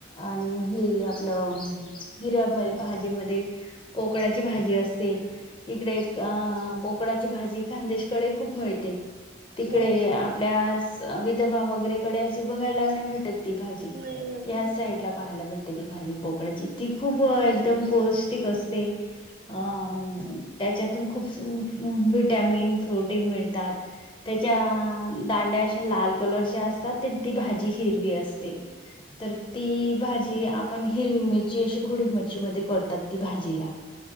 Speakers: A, on the left; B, on the right.
A: आणि हे आपलं हिरव्या म भाजी मध्ये पोकळाची भाजी असते, इकडे अ पोकळ्याची भाजी खानदेशकडे खूप मिळते. तिकडे
B: हो
A: आपल्या विधवा वगैरेकडे अशी बघायला नाही भेटत, ती भाजी,
B: नाही भेटत
A: ह्याच साईड ला पाहायला भेटल. ती भाजी पोकळयाची ती खूप एकदम पौष्टिक असते, अ त्याच्यातून खूप विटॅमिन प्रोटीन मिळतात त्याच्या दांड्या अश्या लाल कलरच्या असतात ते ती भाजी हिरवी असते तर ती भाजी आपण हिरवी मिरची अशी खोडीमिरची मध्ये करतात ती भाजीला